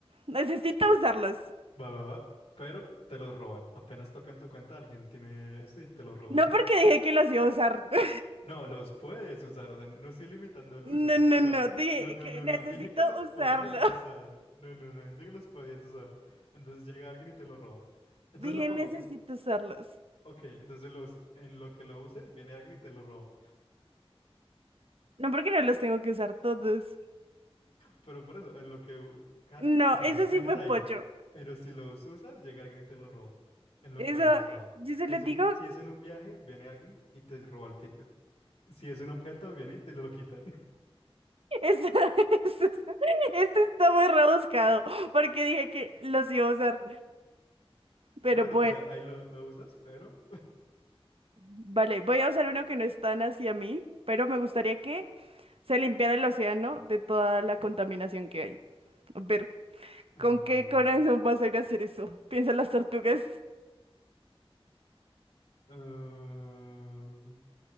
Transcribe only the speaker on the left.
Va, va, va. Pero te los roban. Apenas tocan tu cuenta, alguien tiene eso y te lo roban.
<laughs>
No, los puedes usar. O sea, no estoy limitando el
uso.
O sea,
no, no,
no,
no. Dije que los
podías usar. No, no, no. Dije que los podías usar. Entonces llega alguien y te lo roba.
Entonces
lo pongo.
Ok, entonces los, en lo que lo uses, viene alguien y te lo roba.
Pero por eso, en lo que, u- ca-
o sea,
los tienes
ahí.
Pero si los usas, llega alguien y te lo roba. En lo
que lo hayas usado.
Si
es
un, vi-
si es en un viaje, viene alguien y te roba el ticket. Si es un objeto, viene y te lo quitan. <laughs>
Por eso,
o sea, ahí lo, lo usas, pero...
mm,
ah,